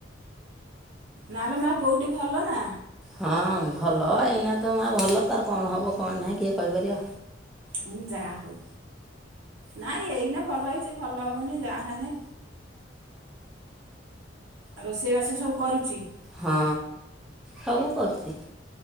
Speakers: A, on the right (about 90°); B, in the centre.
A: ନେଲେ ମା ବୋଉଟି ଭଲ ନା।
B: ହଁ ଭଲ ଏଇନା ତ ମା ଭଲ ତାର କଣ ହେବ କଣ ନାହିଁ କିଏ କହିପାରିବ।
A: ହେ ଯ ଆହୋ ନାଇଁ ଏଇନା ଭଲ ହେଇଛି ଭଲ ହବନି ଯାହେଲେ। ଉ ରୋଷେଇବାସ ସବୁ କରୁଛି।
B: ହଁ ସବୁ କରୁଛି।